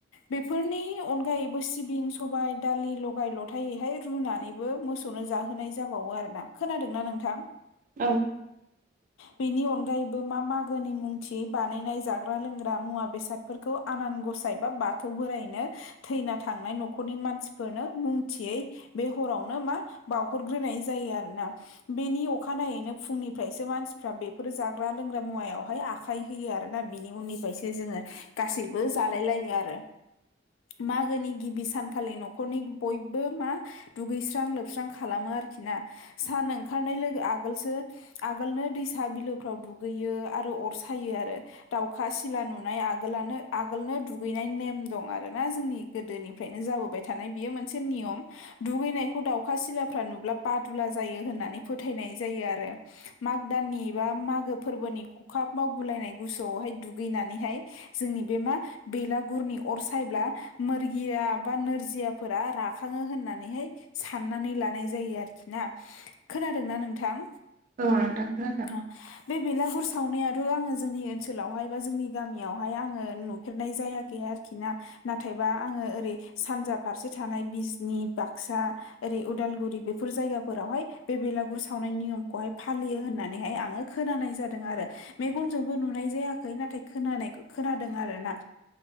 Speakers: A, on the left (about 85°); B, on the right (about 45°).
A: बेफोरनि अनगायैबो सिबिं सबाय दालि लगाय लथायैहाय रुनानै बेबो मोसौनो जाहोनाय जाबावो आरोना खोनादोंना नोंथां।
B: औ।
A: बेनि अनगायैबो मा मागोनि मुंथि बानायनाय जाग्रा लोंग्रा मुवा बेसाद। फोरखौ आनान गसाय बा बाथौ बोराय। थैना थांनाय न'खरनि मानसिफोरनो मुं थियै बे हरावनो मा बावहरग्रोनाय जायो आरोना। बेनि अखानायैनो फुंनिफ्रायसो मानसिफ्रा बेफोर जाग्रा लोंग्रा मुवायावहाय आ आखाइ होयो आरोना बिनि उननिफ्रायसो जोङो गासैबो जालाय लायो आरो। मागोनि गिबि सानखालि न'खरनि बयबो मा दुगैस्रां लोबस्रां खालामो आरोखिना सान ओंखारनाय लोगो आगोलसो आगोलनो दैसा बिलोफ्राव दुगैयो आरो अर सायो आरो। दावखा सिला नुनाय आगोलनो आगोलनो दुगैनाय नेम दं आरो। आरोना जोंनि गोदोनिफ्रायनो जाबोबाय थानाय बियो मोनसे नियम। दुगैनायखौ दाउखा सिलाफ्रा नुब्ला बादुला जायो होननानै फोथायनाय जायो आरो मागो दाननि बा मागो फोरबोनि खखाब मावगुलायनाय गुसुआवहाय दुगैनानैहाय जोंनि बे मा बेलागुरनि अर सायब्ला मोरगिया बा नोरजियाफोरा राखाङो होननानैहाय। साननानै लानाय जायो आरोखि ना खोनादोंना नोंथां।
B: औ नोंथां खोनादों।
A: ओ बे बेलागुर सावनायाथ' आङो जोंनि ओनसोलावहाय बा जोंनि गामियावहाय आङो न फेरनाय जायाखै आरोखि ना नाथायबा आङो ओरै सानजा फारसे थानाय बिजनि बाक्सा ओरै उदालगुरि बेफोर जायगाफोरावहाय बे बेलागुर सावनाय नियमखौहाय फालियो होननानैहाय आङो खोनानाय जादों आरो मेगनजोंबो नुनाय जायाखै नाथाय खोनानाय खोनादों आर ना